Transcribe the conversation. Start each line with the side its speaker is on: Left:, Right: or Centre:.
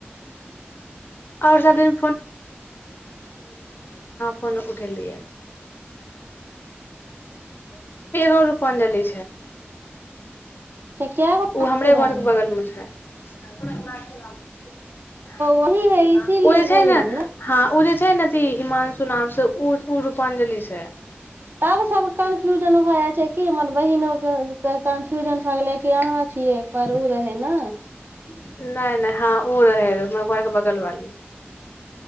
Left: हँ, फोन उठेलक ओ रूपाञ्जलि।
Right: से कए गो
Left: ओ हमरे
Right: पूरा
Left: घरक
Right: भेल
Left: बगलमे छै। ओ
Right: वही है इसीलिए
Left: जे छथि
Right: बोलले
Left: ने, हँ, उहे छथि ने। हिमांशु नामसँ रूपाञ्जलिसँ।
Right: तब सभ कन्फ्यूजन भऽ जाइ छै। हमर बहिनोकेँ कन्फ्यूजन भऽ गेलै जे अहाँ छियै पर
Left: नहि,
Right: उ रहै ने
Left: नहि। हँ, ओ तऽ हमर घरक बगलवाली छथि।